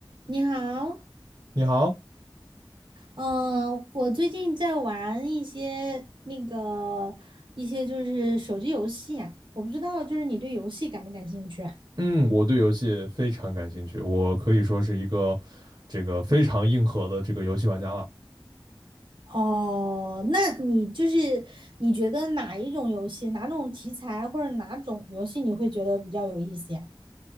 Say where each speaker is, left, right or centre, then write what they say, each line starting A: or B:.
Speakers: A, on the right; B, on the right.
A: 你好，
B: 你好，
A: 嗯、我最近在玩一些那个一些就是手机游戏啊，我不知道就是你对游戏感不感兴趣啊？
B: 嗯，我对游戏非常感兴趣，我可以说是一个这个非常硬核的这个游戏玩家了。
A: 哦，那你就是你觉得哪一种游戏、哪种题材或者哪种游戏你会觉得比较有意思呀？